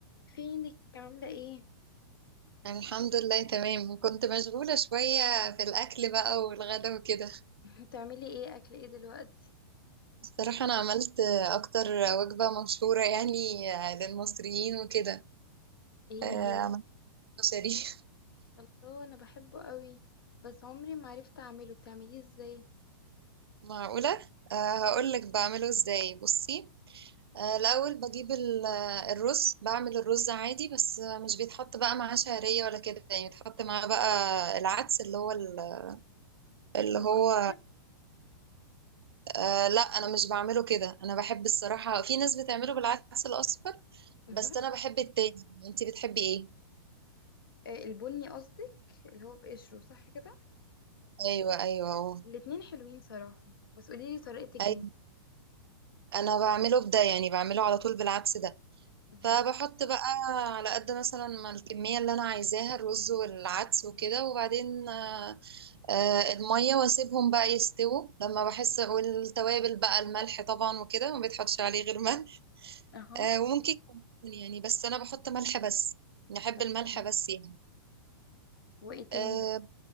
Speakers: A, on the left; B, on the right.
A: فينك عاملة ايه
B: الحمد لله تمام كنت مشغولة شوية في الأكل بقى والغدا وكده
A: <laughs> بتعملي ايه اكل ايه دلوقتي
B: بصراحة أنا عملت أكتر وجبة مشهورة يعني آه، للمصريين وكده
A: ايه
B: آه،
A: هي
B: عملت كشري
A: الله انا بحبه قوي بس عمري ما عرفت اعمله بتعمليه ازاي
B: <laughs> معقولة آه، هقولك بعمله إزاي بصي آه، الأول بجيب ال- آه، الرز بعمل الرز عادي بس مش بيتحط بقى معاه شعرية ولا كده يعني بيتحط معاه بقى العدس اللي هو ال- اللي
A: الأصل
B: هو آه لا أنا مش بعمله كده أنا بحب الصراحة في ناس بتعمله بالعدس الأصفر
A: مهم.
B: بس انا بحب التاني انتي بتحبي ايه
A: آه، البني قصدك اللي هو بقشره صح كده
B: ايوه ايوه اهو
A: الاتنين حلوين صراحة بس قوليلي طريقتك
B: ايوه
A: انت
B: انا بعمله بده يعني بعمله على طول بالعدس ده
A: مهم.
B: فبحط بقى على قد مثلا ما الكميه اللي انا عايزاها الرز والعدس وكده وبعدين آه، آه، الميه واسيبهم بقى يستووا لما بحس والتوابل بقى الملح طبعا وكده ما بيتحطش عليه غير ملح
A: اهو
B: آه، وممكن كمون يعني بس انا بحط ملح بس نحب
A: طب
B: الملح
A: تمام
B: بس يعني
A: وايه تاني
B: آه،